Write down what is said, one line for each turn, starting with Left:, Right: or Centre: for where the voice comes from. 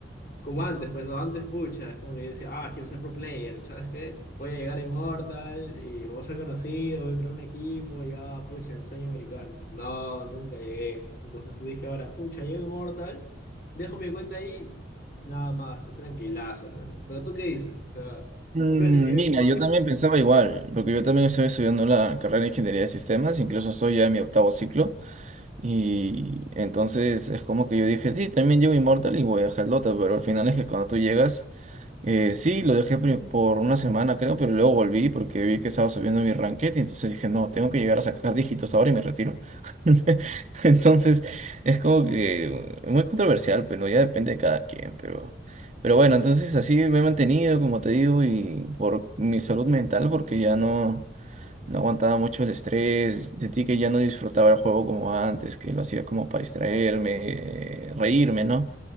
Left: Como antes, pues no, antes, pucha, es como que yo decía, ah, quiero ser pro player, ¿sabes qué? Voy a llegar a Immortal y voy a ser conocido, voy a entrar a un equipo, y ah, pucha, el sueño americano. No, nunca llegué. Entonces dije, ahora, pucha, llego a Immortal, dejo mi cuenta ahí, nada más, es tranquilazo, pues, ¿no? Pero tú qué dices, o sea,
Right: Mm,
Left: ¿tú crees que si llego
Right: Mira,
Left: a Immortal
Right: yo también pensaba igual, porque yo también estoy estudiando la carrera de Ingeniería de Sistemas, incluso estoy ya en mi octavo ciclo, y entonces es como que yo dije, sí, también llevo Immortal y voy a Helldota, pero al final es que cuando tú llegas eh, sí, lo dejé pri- por una semana creo, pero luego volví porque vi que estaba subiendo mi ranked y entonces dije, no, tengo que llegar a sacar dígitos ahora y me retiro. <laughs> Entonces es como que uh, muy controversial, pero ya depende de cada quien, pero, pero bueno, entonces así me he mantenido, como te digo, y por mi salud mental, porque ya no, no aguantaba mucho el estrés, sentí que ya no disfrutaba el juego como antes, que lo hacía como para distraerme, eh, reírme, ¿no?